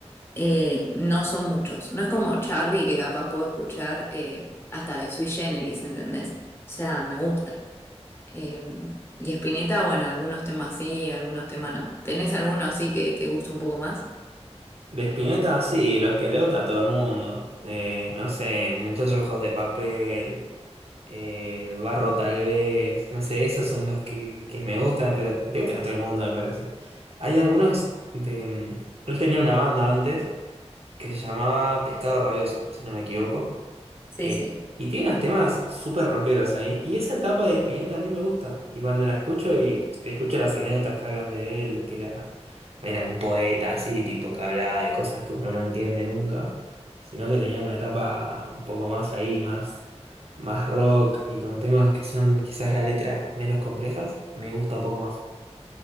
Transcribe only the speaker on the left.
eh, no son muchos. No es como Charlie que capaz puedo escuchar eh, hasta de Sui Generis, ¿entendés? O sea, me gusta. Eh, y Spinetta, bueno, algunos temas sí, algunos temas no. ¿Tenés alguno así que te guste un poco más?
Sí,
sí.